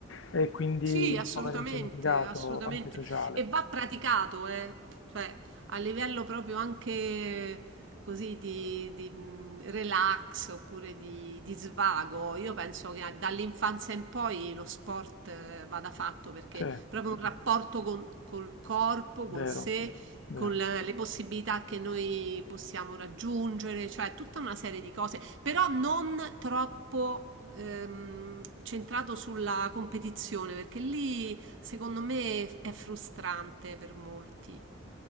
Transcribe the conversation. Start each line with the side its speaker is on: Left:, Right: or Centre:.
Left: e quindi
Right: sì, assolutamente,
Left: può avere un significato
Right: assolutamente.
Left: anche sociale.
Right: E va praticato, eh. Cioè, a livello proprio anche così di, di, mh, relax oppure di, di svago. Io penso che a- dall'infanzia in poi lo sport eh, vada fatto perché
Left: Sì,
Right: proprio un rapporto con, col corpo,
Left: vero,
Right: con sé,
Left: vero.
Right: con le, le possibilità che noi possiamo raggiungere, cioè tutta una serie di cose, però non troppo ehm, centrato sulla competizione, perché lì secondo me è frustrante per molti.